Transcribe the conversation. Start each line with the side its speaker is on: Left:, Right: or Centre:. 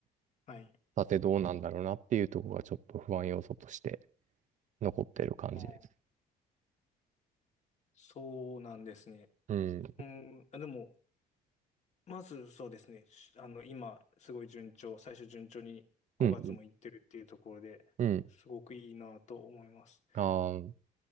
Left: はい。
Right: さてどうなんだろうなっていうところがちょっと不安要素として残ってる感じです。
Left: あーそうなんですね。
Right: うん。
Left: うん、あでも、まずそうですね。しあの、今、すごい順調、最初順調に5月も行ってるっていうところで、
Right: うん。うん。
Left: すごくいいなと思います。
Right: あー